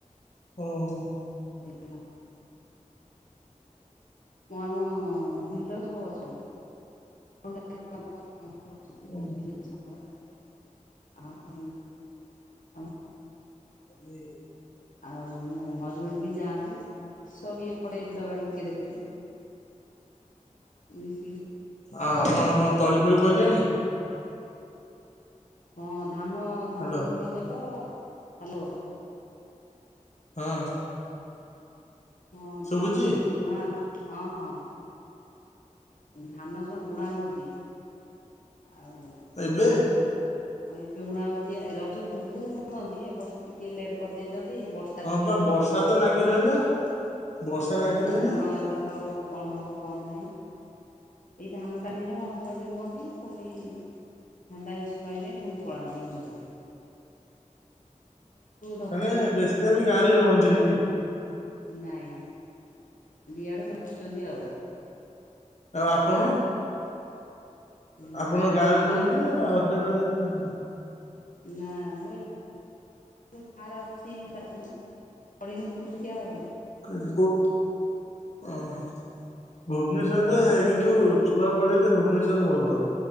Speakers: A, on the left; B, on the left.
A: ଓହୋ।
B: <inaudible> ଆମ <inaudible> ବିଲ୍ଡର ସବୁ ଅଛନ୍ତି। <inaudible> <unintelligible>
A: ହଁ
B: ଆମ ଆ
A: ଉଏ।
B: ଆଉ ମୋ ହଜବେଣ୍ଡ ବି ଯାଆନ୍ତି ସବ ଏପଟେ ବିଲ ବାଡ଼ି ଟିକେ ଦେଖନ୍ତି। ନି।
A: ଆଉ ଆପଣଙ୍କ କଣ ତଳି ଫଳି ପଇଲାଣି।
B: ହଁ ଧାନ ଧାନ
A: ହ୍ୟାଲୋ
B: ବୁଣିଛ ତ ହାଲୋ।
A: ହଁ।
B: ହଁ
A: ଶୁଭୁଛି
B: ଧାନ ସବୁ ବୁଣା ହଁ ହଁ। ଧାନ ସବୁ ବୁଣା ହଉଛି ଆଉ।
A: ଏବେ
B: ହଁ ଏବେ ବୁଣା ହଉଛି ଏ ରଜ ପୂର୍ବରୁ ବୁଣନ୍ତି ଏ ବର୍ଷ ଟିକେ ଲେଟ୍ କରିଦେଇ ଯଲଦି ବର୍ଷା
A: ହଁ
B: ଦେଖିଲା
A: ବା
B: ବେଳୁ ଢାଳୁଛି
A: ବର୍ଷା ତ ଲାଗି ରହିଲା। ବର୍ଷା ଲାଗି
B: ଆଉ
A: ରହିଲା
B: ଧାନ ଏ ବର୍ଷ କଣ ହବ କଣ ନାହିଁ। ଏଇ ଧାନ ଟା ହେଲେ ମୋ ହଜବେଣ୍ଡ ରୁହନ୍ତି ପୁଣି ଧାନ ଟାଇମ୍ ସାଇଲେ ପୁଣି ପଳାନ୍ତିି ୟୁଏସେ ଧରିଛନ୍ତି
A: ମାନେ
B: ଆଉ
A: ବେଶୀ ଦିନି ଗାଁରେ ରୁହନ୍ତିନି
B: ନାଇଁ ଦିଆଡୁ ଧରିଚନ୍ତି ଆଉ
A: ଆଉ ଆପଣ
B: ମୁଁ
A: ଆପଣ ଗାଁ
B: ହାଉସ
A: ରେ ରୁହନ୍ତି
B: ୱାଇଫ
A: ନା
B: ଆଉ
A: ହଜବେଣ୍ଡଙ୍କ ସହିତ ଯାନ୍ତି
B: ନା ମୁଁ ଏ ମୁଁ ଗାଁରେ ଅଛିି <unintelligible> ଫୁଣି ଯିବି ଆଉ
A: କାରିକୋ ଆଁ ଭୁବନେଶ୍ୱରରେ କିନ୍ତୁ ଛୁଆ ପଢେଇଲେ ଭୁବନେଶ୍ଵରରେ ଭଲ।